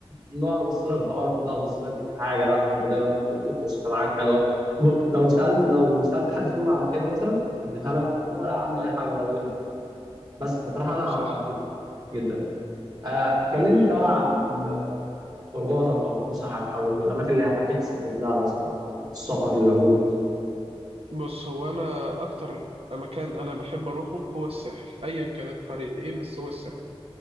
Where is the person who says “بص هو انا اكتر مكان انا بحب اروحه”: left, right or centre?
Right